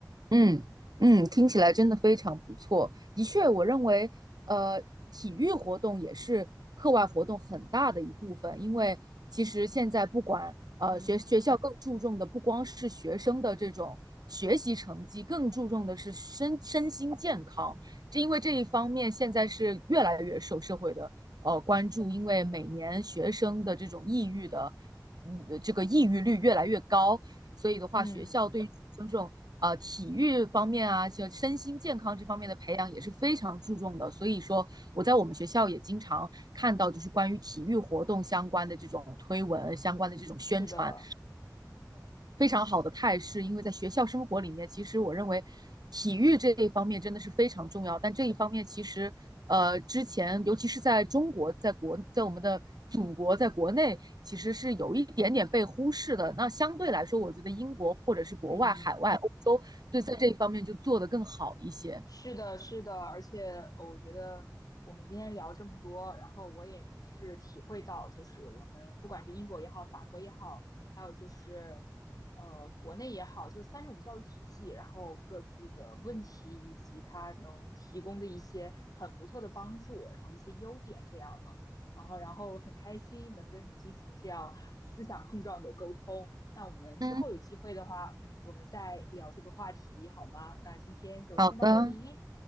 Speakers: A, on the right (about 65°); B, on the left (about 55°).
A: 嗯嗯，听起来真的非常不错。的确，我认为，呃，体育活动也是课外活动很大的一部分，因为其实现在不管呃学学校更注重的不光是学生的这种学习成绩，
B: 嗯
A: 更注重的是身身心健康。这因为这一方面现在是越来越受社会的呃关注，因为每年学生的这种抑郁的嗯这个抑郁率越来越高，所以的话，
B: 嗯，
A: 学校对于这种呃体育方面啊，就身心健康这方面的培养也是非常注重的。所以说，我在我们学校也经常看到，就是关于体育活动相关的这种推文、相关的这种宣传。
B: 是的，
A: 非常好的态势，因为在学校生活里面，其实我认为体育这一方面真的是非常重要。但这一方面其实，呃，之前尤其是在中国，在国，在我们的祖国，在国内其实是有一点点被忽视的。那相对来说，我觉得英国或者是国外、
B: 嗯。
A: 海外、欧洲，对在这一方面就做得更好一些。
B: 是的，是的，而且呃我觉得我们今天聊这么多，然后我也是体会到，就是我们不管是英国也好，法国也好，还有就是呃国内也好，就三种教育体系，然后各自的问题以及它能提供的一些很不错的帮助，然后一些优点这样的，然后然后很开心能跟你进行这样思想碰撞的沟通。那我们之后有机会的话。
A: 嗯，
B: 我们再聊这个话题好吗？那今天就先到这里，
A: 好的，